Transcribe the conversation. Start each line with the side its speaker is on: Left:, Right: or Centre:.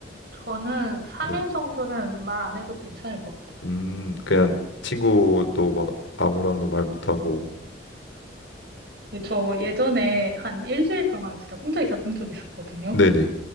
Right: 저는 3일
Left: 네.
Right: 정도는 말 안 해도 괜찮을 것 같아요.
Left: 음, 그냥 친구도 막 아무랑도 말 못하고.
Right: 근데 저 예전에 한 일주일 동안 진짜 혼자 있었던 적이 있었거든요.
Left: 네네.